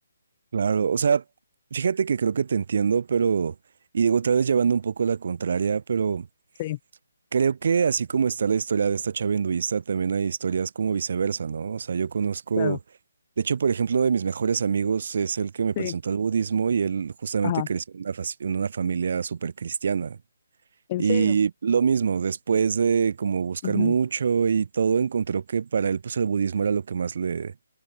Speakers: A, on the right; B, on the left.
A: claro. O sea, fíjate que creo que te entiendo, pero, y digo, otra vez llevando un poco la contraria, pero
B: Sí,
A: Creo que así como está la historia de esta chava hinduista, también hay historias como viceversa, ¿no? O sea, yo conozco,
B: claro,
A: de hecho, por ejemplo, uno de mis mejores amigos es el que me presentó
B: sí,
A: al budismo y él justamente
B: ajá,
A: creció en una, fas- en una familia súper cristiana.
B: en
A: Y
B: serio,
A: lo mismo, después de como buscar
B: Ujú,
A: mucho y todo, encontró que para él pues el budismo era lo que más le,